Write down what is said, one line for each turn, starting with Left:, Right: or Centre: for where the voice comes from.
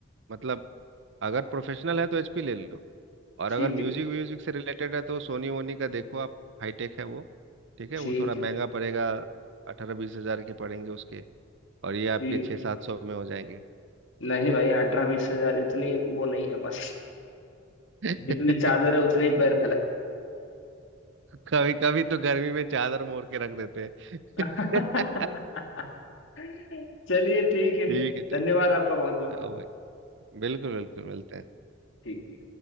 Right: मतलब अगर प्रोफेशनल है तो एचपी ले लो और अगर
Left: ठीक
Right: म्यूजिक
Left: है
Right: व्यूजिक से रिलेटेड है तो सोनी वोनी का देखो आप हाईटेक है वो ठीक है वो
Left: ठीक
Right: थोड़ा महंगा
Left: है
Right: पड़ेगा अठारह बीस हजार के पड़ेंगे उसके और ये आपके
Left: ठीक
Right: छः
Left: है
Right: सात सौ में हो जाएंगे
Left: नहीं भाई अठारह बीस हजार इतनी वो नहीं है बस
Right: <laughs>
Left: <laughs> जितनी चादर है उतने ही पैर
Right: कभी कभी तो गर्मी में चादर मोड़ के रख देते हैं
Left: फैलाएंगे <laughs> <laughs> चलिए ठीक
Right: <laughs>
Left: है
Right: ठीक है ठीक
Left: धन्यवाद आपका बहुत बहुत
Right: आओ भाई बिल्कुल बिल्कुल मिलते हैं
Left: ठीक